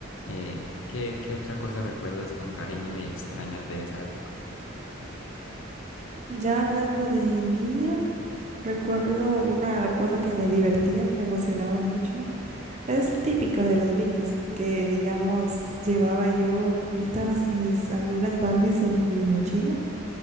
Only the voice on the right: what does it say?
Ya hablando de niña, recuerdo una cosa que me divertía, me emocionaba mucho. Es típico de los niños que, digamos, llevaba yo ocultas mis algunas Barbies en mi mochila